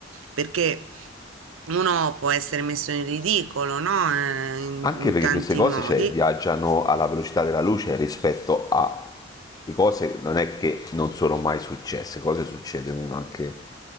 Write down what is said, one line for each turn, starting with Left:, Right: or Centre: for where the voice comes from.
Right: perché uno può essere messo in ridicolo, no? Eh, in
Left: Anche
Right: in
Left: perché
Right: tanti
Left: queste cose
Right: modi,
Left: cioè, viaggiano alla velocità della luce rispetto a le cose non è che non sono mai successe, cose succedono anche